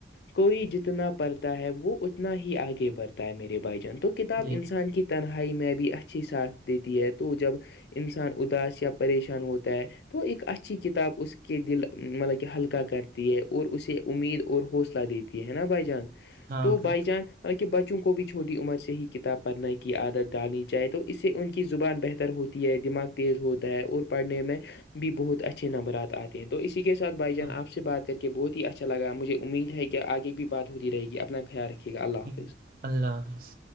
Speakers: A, on the left (about 70°); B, on the right (about 55°).
A: کوئی جتنا پڑھتا ہے وہ اتنا ہی آگے بڑھتا ہے میرے بھائی جان تو کتاب
B: جی
A: انسان کی تنہائی میں بھی اچھی ساتھ دیتی ہے تو جب انسان اداس یا پریشان ہوتا ہے تو ایک اچھی کتاب اس کے دل مطلب کہ ہلکا کرتی ہے اور اسے امید اور حوصلہ دیتی ہے کہ نا بجان
B: ہاں
A: تو
B: بھائی
A: بائی جان مطب کہ بچوں کو بھی چھوٹی عمر سے ہی کتاب پڑھنے کی عادت ڈالی جائے تو اس سے انچ کی زبان بہتر ہوتی ہے دماغ تیز ہوتا ہے اور پڑھنے میں بھی بہت اچھے نمبرات آتے ہیں تو اسی کے ساتھ بھائی جان
B: ہاں
A: آپ سے بات کرتے کہ بہت ہی اچھا لگا مجھے امید ہے کہ آگے بھی بات ہوتی رہے گی اپنا خیال رکھیے گا اللہ
B: ٹھیک
A: حافظ
B: ہے، اللہ حافظ